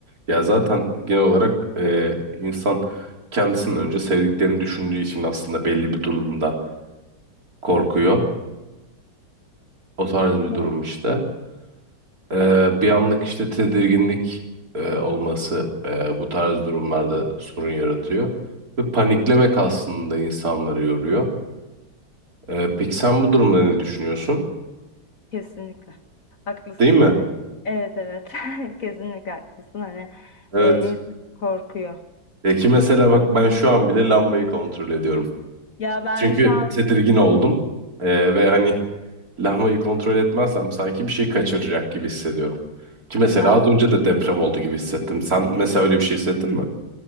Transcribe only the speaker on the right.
Ya zaten genel olarak e, insan kendisinden önce sevdiklerini düşündüğü için aslında belli bir durumda korkuyor. O tarz bir durum
işte. Ee, bir anlık işte tedirginlik e, olması e, bu tarz durumlarda sorun yaratıyor. Ve paniklemek aslında insanları yoruyor. Ee, peki sen bu durumda ne düşünüyorsun?
Değil mi?
Evet.
E ki mesela bak ben şu an bile lambayı kontrol ediyorum.
Çünkü
tedirgin oldum. Ee, ve hani lambayı kontrol etmezsem sanki bir şey kaçıracak gibi hissediyorum. Ki mesela
az önce de deprem oldu gibi hissettim. Sen mesela öyle bir şey hissettin mi?